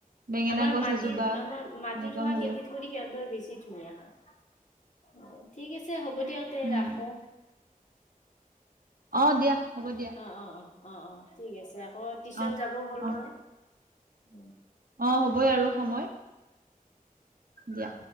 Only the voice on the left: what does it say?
আমাৰ
মাটিৰ
আমাৰ মাটি
ধোৱা
খেতিত কৰি সিহঁতৰ বেছি ধুনীয়া হয়
অ' ঠিক আছে হ'ব দিয়ক তে
ৰাখো
অ' অ' অ' ঠিক আছে আকৌ টিউশচন
যাব হ'ল
নহয় উম